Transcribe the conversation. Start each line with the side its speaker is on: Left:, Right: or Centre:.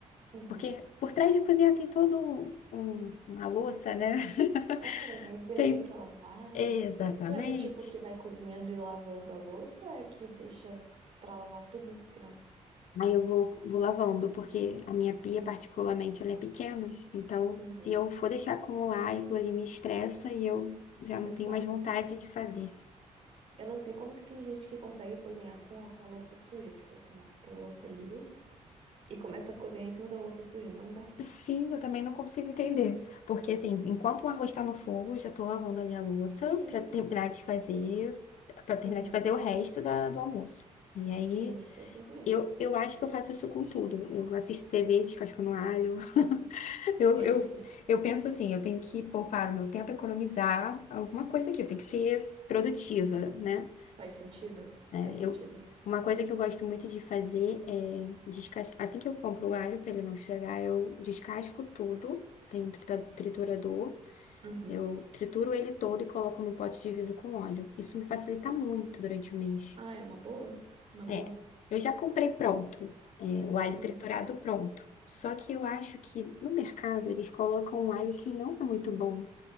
Right: Uhum.
Left: porque por trás de cozinhar tem todo um, uma louça, né? <laughs>
Right: É, aí daí
Left: Tem,
Right: tem que lavar.
Left: exatamente.
Right: Tu é do tipo que vai cozinhando e lavando a louça ou é a que deixa pra lavar tudo no final?
Left: Aí eu vou, vou lavando, porque a minha pia,
Right: Eu também.
Left: particularmente, ela é pequena. Então,
Right: Uhum,
Left: se eu for deixar acumular, aquilo ali me estressa e eu já não
Right: exato.
Left: tenho mais vontade de fazer.
Right: Eu não sei como que tem gente que consegue cozinhar com a louça suja, tipo assim, ó, tem louça ali e começa a cozinhar em cima da louça suja, não dá.
Left: Sim, eu também não consigo entender. Porque, assim, enquanto o arroz está no fogo, eu já tô lavando ali a louça
Right: E
Left: para
Right: isso.
Left: terminar de fazer, para terminar
Right: Uhum.
Left: de fazer o resto da- do almoço. E aí,
Right: Sim, eu sou assim também.
Left: eu, eu acho que eu faço isso com tudo. Eu assisto TV, descascando alho, Eu,
Right: <laughs>
Left: eu, eu penso assim, eu tenho que poupar o meu tempo, economizar alguma coisa aqui, eu tenho que ser produtiva, né?
Right: Faz sentido,
Left: É,
Right: faz sentido.
Left: eu, uma coisa que eu gosto muito de fazer é descascar. Assim que eu compro o alho para ele não estragar, eu descasco tudo. tem um trita- triturador,
Right: Uhum.
Left: eu trituro ele todo e coloco no pote de vidro com óleo. Isso me facilita muito durante o mês.
Right: Ah, é uma boa, uma boa.
Left: É, eu já comprei pronto, é, o alho
Right: Uhum.
Left: triturado pronto. Só que eu acho que no mercado eles colocam um alho que não é muito bom,